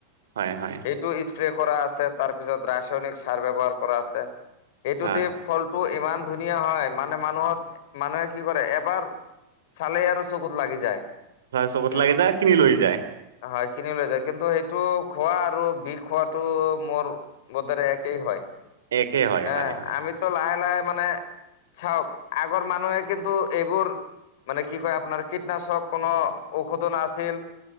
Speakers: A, on the right; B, on the left.
A: হয় হয়
B: এইটো স্প্ৰে কৰা আছে তাৰপিছত ৰাসায়নিক সাৰ ব্যৱহাৰ কৰা আছে
A: হয়
B: এইটো দি ফল টো ইমান ধুনীয়া হয় মানে মানুহত মানুহে কি কৰে এবাৰ চালেই আৰু চকুত লাগি যায়।
A: চবত
B: উম
A: লাগে যায় কিনি লৈ যায়।
B: হয় কিনি লৈ যায় কিন্তু সেইটো খোৱা আৰু বিষ খোৱাত টো মোৰ বদৰে একেই হয়।
A: একে হয়
B: হ
A: হয় হয়
B: আমিতো লাহে লাহে মানে চাওক আগৰ মানুহে কিন্তু এইবোৰ মানে কি কয় আপোনাৰ কীটনাশক কোনো ঔষধো নাছিল